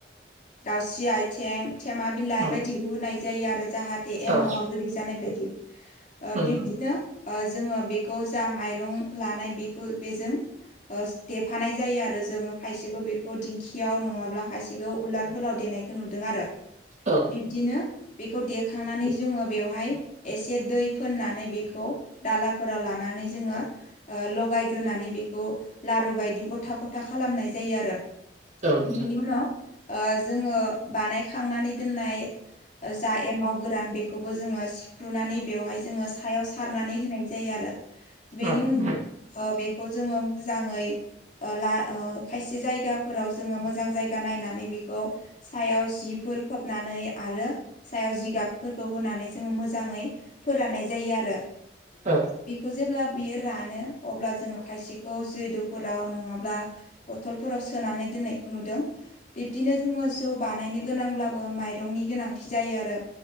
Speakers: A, on the left; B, on the right.
A: दाउस्रि आइथिें थेमा बिलाइ
B: उम
A: बायदि होनाय जायो आरो जाहाथे एमावा
B: औ
A: गोदै जानाय बायदि
B: औ
A: बिब्दिनो जोङो बेखौ जा माइरं लानाय बेखौ बेजों देफानाय जायो आरो जोङो खायसेबो बेखौ दिंखियाव नङाब्ला खायसेखौ उलार फलाव देनायखौ नुदों आरो
B: औ
A: बिब्दिनो बेखौ देखांनानै जोङो बेवहाय एसे दै फोननानै बेखौ दालाफोराव लानानै जोङो लगायग्रोनानै बेखौ लारु बायदि गथा गथा खालामनाय जायो आरो
B: नोंथां
A: बेनि उनाव जोङो बानायखांनानै दोननाय जा एमाव गोरान बेखौबो जोङो सिफ्रुनानै बेवहाय जोङो सायाव सारनानै होनाय जायो आरो बेनि
B: औ
A: उनाव बेखौ जोङो मोजाङै ला खायसे जायगाफोराव जोङो मोजां जायगा नायनानै बेखौ सायाव जिफोर खोबनानै आरो सायाव जिगाबफोरखौ होनानै जोङो मोजाङै फोराननाय जायो आरो
B: औ
A: बेखौ जेब्ला बियो रानो अब्ला जोङो खायसेखौ जो द'फोराव नङाब्ला बथलफोराव सोनानै दोननायखौ नुदों बिब्दिनो जोङो जौ बानायनो गोनांब्लाबो माइरंनि गोनांथि जायो आरो